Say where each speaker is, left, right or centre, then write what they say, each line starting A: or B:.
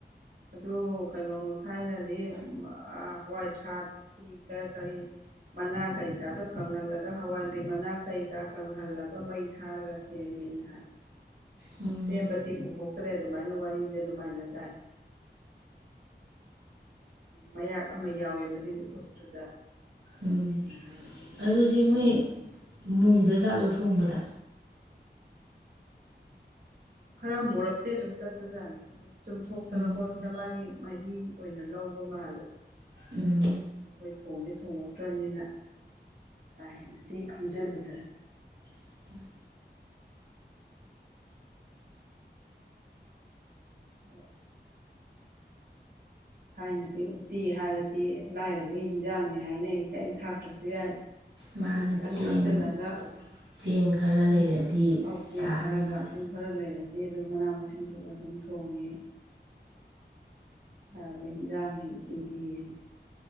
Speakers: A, on the right (about 55°); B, on the right (about 85°).
A: ꯑꯗꯨ ꯀꯩꯅꯣ ꯊꯥꯏꯅꯗꯤ ꯑ ꯍꯋꯥꯏ ꯊꯔꯥꯛꯀꯤ ꯀꯔꯤ ꯀꯔꯤ ꯃꯅꯥ ꯀꯔꯤꯀꯥꯗꯣ ꯀꯪꯍꯜꯂꯒ ꯍꯋꯥꯏꯟꯕꯤ ꯃꯅꯥ ꯀꯔꯤ ꯀꯥ ꯀꯪꯍꯜꯂꯒ ꯃꯩ ꯊꯥꯔꯒ ꯁꯦꯝꯃꯤ ꯅ ꯍꯥꯏ
B: ꯎꯝ
A: ꯁꯦꯝꯕꯗꯤ ꯎꯍꯧꯗ꯭ꯔꯦ ꯑꯗꯨꯃꯥꯏꯅ ꯋꯥꯔꯤꯗ ꯑꯗꯨꯃꯥꯏꯅ ꯇꯥꯏ ꯃꯌꯥꯛ ꯑꯃ ꯌꯥꯎꯋꯦ ꯃꯗꯨꯒꯤ ꯎꯠꯇꯨꯗ
B: ꯎꯝ
A: ꯉꯍꯥꯛ ꯑꯗꯨ
B: ꯑꯗꯨꯗꯤ
A: ꯑꯗꯨꯃꯥꯏꯅ
B: ꯃꯣꯏ
A: ꯇꯧꯔ ꯆꯠꯅꯤ
B: ꯃꯨꯗꯖꯥꯠꯂꯣ ꯊꯣꯡꯕꯗ
A: ꯈꯔ ꯃꯨꯔꯞꯇꯦ ꯑꯗꯨꯝ ꯆꯠꯄꯖꯥꯠꯅꯤ ꯆꯨꯝꯊꯣꯛꯇꯅ
B: ꯎꯝ
A: ꯈꯣꯠꯇꯅ ꯃꯥꯒꯤ ꯃꯍꯤ ꯑꯣꯏꯅ ꯂꯧꯕ ꯃꯥꯜꯂꯤ
B: ꯎꯝ
A: ꯑꯗꯣ ꯑꯩꯈꯣꯏ ꯊꯣꯡꯗꯤ ꯊꯣꯡꯂꯛꯇ꯭ꯔꯕꯅꯤꯅ ꯀꯥ ꯍꯦꯟꯅꯗꯤ ꯈꯪꯖꯤꯜꯂꯨꯗ꯭ꯔꯦ
B: ꯎ
A: ꯑꯗꯣ ꯊꯥꯏꯅꯗꯤ ꯎꯇꯤ ꯍꯥꯏꯔꯗꯤ ꯂꯥꯏꯔꯕꯒꯤ ꯍꯤꯟꯖꯥꯡꯅꯤ ꯍꯥꯏꯅ ꯑꯩ ꯀꯔꯤꯝ ꯊꯥꯛꯇ꯭ꯔꯁꯨ ꯌꯥꯏ
B: ꯃꯥꯅꯦ
A: ꯑꯗꯨ ꯈꯇꯪ
B: ꯆꯦꯡ
A: ꯈꯥꯛꯆꯜꯂꯒ
B: ꯆꯦꯡ ꯈꯔ
A: ꯑꯗꯨꯝ
B: ꯂꯩꯔꯗꯤ
A: ꯄ ꯎꯆꯦꯛ
B: ꯌꯥꯔꯦꯅ
A: ꯈꯔꯒ ꯑꯗꯨ ꯈꯔ ꯂꯩꯔꯗꯤ ꯑꯗꯨꯝ ꯃꯅꯥ ꯃꯁꯤꯡꯗꯨꯒ ꯑꯗꯨꯝ ꯊꯣꯡꯉꯤ ꯍꯥꯏꯒ ꯍꯟꯖꯥꯡꯅꯤꯗꯤꯗꯅ